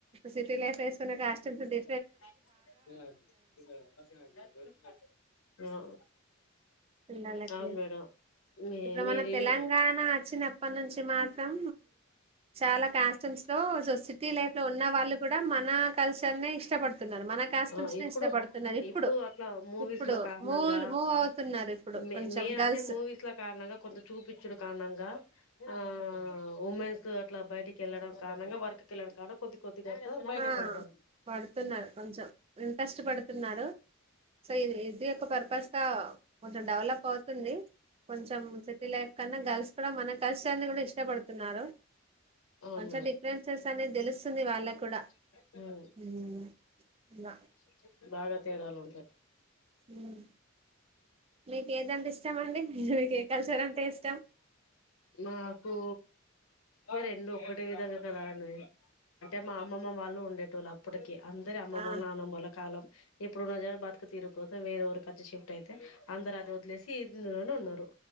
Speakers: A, on the right (about 30°); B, on the left (about 80°).
A: సిటీ లైఫ్ ఏ కాస్ట్యూమ్స్ ఉంటే
B: ఆ
A: పిల్లలకి
B: అవును మేడం మీ
A: ఇప్పుడు
B: మీరు
A: మన తెలంగాణ చ్చిన ఎప్పనుంచి మాత్రం చాలా కాస్ట్యూమ్స్ లో సిటీ లైఫ్ లో ఉన్న వాళ్లు కూడా మన కల్చర్నే ఇష్టపడ్ మన కాస్ట్యూమ్స్
B: ఆ ఇప్పుడు
A: ఇష్టపడుతున్నారు ఇప్పుడు
B: అట్లా మూవీస్ల
A: ఇప్పుడు
B: కారణంగా
A: మూ్ మూవ్ అవుతున్నారు ఇప్పుడు
B: మే
A: కొంచెం
B: మెయిన్
A: గర్ల్స్
B: అంటే మూవీస్ల కారణంగా కొంత చూపించడు కారణంగా ఆ ఉమెన్స్ అట్లా బయటికి వెళ్లడం కారణంగా వర్క్ వెళ్ళడం కారణం కొద్ది కొ బయట
A: ఆ
B: పడతారు
A: పడుతున్నారు కొంచెం ఇంట్రెస్ట్ పెడుతున్నారు సో ఇది ఇది ఒక పర్పస్ గా కొంచెం డెవలప్ అవుతుంది కొంచెం సిటీ లైఫ్ కన్నా గర్ల్స్ కూడా మన కల్చర్ ని కూడా ఇష్టపడుతున్నారు
B: అవును
A: కొంచెం డిఫరెన్సెస్ అనేది తెలుస్తుంది వాళ్ళకు కూడా
B: <unintelligible> అ.
A: ఉమ్, ఇలా
B: <unintelligible> భారత్. తేడాలు ఉంటాయి.
A: హ్మ్మ్. మీకు ఏదంటే ఇష్టం అండి? మీకు ఏ కల్చర్ అంటే ఇష్టం?
B: మాకు రెండు ఒకటి విధంగా కదా అండి అంటే మా అమ్మమ్మ వాళ్ళు ఉండేటళ్ళు అప్పటిక అందరి అమ్మళ్ల
A: ఆ
B: నాన్నమ్మల కాలం ఇప్పుడు ఉన్న జ బతుక తీరుకో వే ఒక కి షిఫ్ట్ అయితే అందర అది వలేసి ఈలోనే ఉన్నారు